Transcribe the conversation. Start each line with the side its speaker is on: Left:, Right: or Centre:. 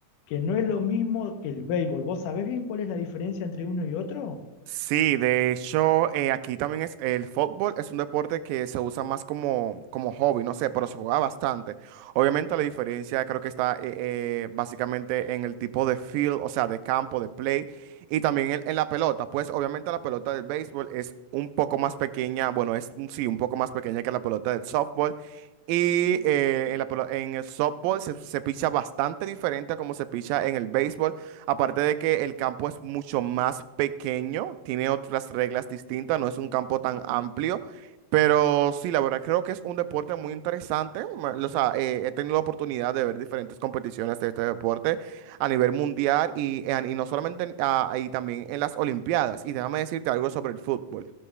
Left: que no es lo mismo que el béisbol. ¿Vos sabés bien cuál es la diferencia entre uno y otro?
Right: Sí, de hecho, eh, aquí también es el fútbol, es un deporte que se usa más como, como hobby, no sé, pero se juega bastante. Obviamente la diferencia creo que está eh, eh, básicamente en el tipo de field, o sea, de campo, de play, y también en, en la pelota. Pues obviamente la pelota del béisbol es un poco más pequeña, bueno, es mm, sí, un poco más pequeña que la pelota del softball. Y eh, en la pelo- en el softball se, se picha bastante diferente a como se picha en el béisbol. Aparte de que el campo es mucho más pequeño, tiene otras reglas distintas, no es un campo tan amplio. Pero sí, la verdad creo que es un deporte muy interesante. ma- O sea, eh, he tenido la oportunidad de ver diferentes competiciones de este deporte a nivel mundial y, en- y no solamente en- ah, y también en las Olimpiadas. Y déjame decirte algo sobre el fútbol.